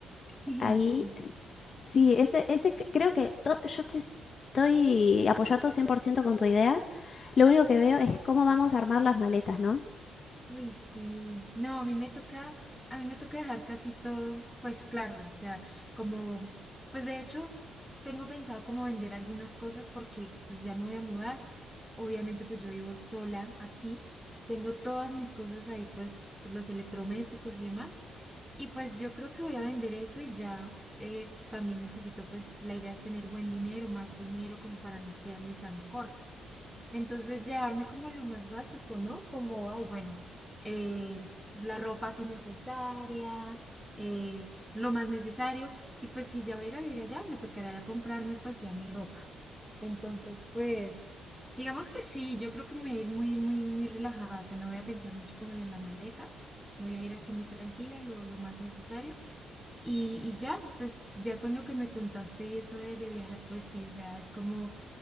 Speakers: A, in the centre; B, on the left.
A: <laughs>
B: ahí,
A: Sí.
B: sí, ese, ese c- creo que to- yo te estoy apoyando 100% con tu idea. Lo único que veo es cómo vamos a armar las maletas, ¿no?
A: Uy, sí. No, a mí me toca, a mí me toca dejar casi todo, pues claro, o sea, como, pues de hecho, tengo pensado como vender algunas cosas porque pues ya me voy a mudar. Obviamente, pues yo vivo sola aquí. Tengo todas mis cosas ahí, pues los electrodomésticos y demás. Y pues yo creo que voy a vender eso y ya eh, también necesito, pues la idea es tener buen dinero, más dinero como para no quedarme tan corta. Entonces, llevarme como a lo más básico, ¿no? Como, ay, bueno, eh, la ropa si necesaria, eh, lo más necesario. Y pues si ya voy a ir a vivir allá, me tocará ya comprarme pues ya mi ropa. Entonces, pues, digamos que sí, yo creo que me voy a ir muy, muy, muy relajada. O sea, no voy a pensar mucho como en la maleta. Voy a ir así muy tranquila, lo, lo más necesario. Y, y ya, pues ya con lo que me contaste y eso de, de viajar, pues sí, o sea, es como